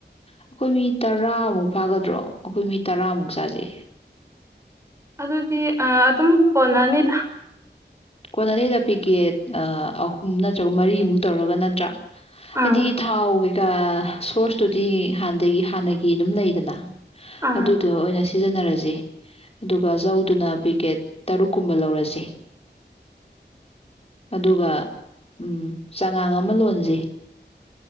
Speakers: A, on the left; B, on the right.
A: ꯑꯩꯈꯣꯏ ꯃꯤ ꯇꯔꯥꯃꯨꯛ ꯐꯥꯒꯗ꯭ꯔꯣ ꯑꯩꯈꯣꯏ ꯃꯤ ꯇꯔꯥꯃꯨꯛ ꯆꯥꯖꯦ
B: ꯑꯗꯨꯗꯤ ꯑ ꯑꯗꯨꯝ ꯀꯣꯟꯅꯅꯤꯗ
A: ꯀꯣꯟꯅꯤꯗ ꯄꯤꯛꯀꯦꯠ ꯑ ꯑꯍꯨꯝ ꯅꯠꯇ꯭ꯔꯒ ꯃꯔꯤꯃꯨꯛ ꯇꯧꯔꯒ ꯅꯠꯇ꯭ꯔꯥ
B: ꯑꯥ
A: ꯍꯥꯏꯗꯤ ꯊꯥꯎ ꯗ ꯑ ꯁꯣꯔ꯭ꯁꯇꯨꯗꯤ ꯍꯥꯟꯅꯗꯒꯤ ꯍꯥꯟꯅꯒꯤ ꯑꯗꯨꯝ ꯂꯩꯗꯅ
B: ꯑꯥ
A: ꯑꯗꯨꯗꯣ ꯑꯣꯏꯅ ꯁꯤ ꯁꯤꯖꯤꯟꯅꯔꯁꯦ ꯑꯗꯨ ꯑꯗꯨꯒ ꯆꯧꯗꯨꯅ ꯄꯦꯛꯀꯦꯠ ꯇꯔꯨꯛꯀꯨꯝꯕ ꯂꯧꯔꯁꯤ ꯑꯗꯨꯒ ꯎꯝ ꯆꯉꯥꯡ ꯑꯃ ꯂꯣꯟꯂꯖꯤ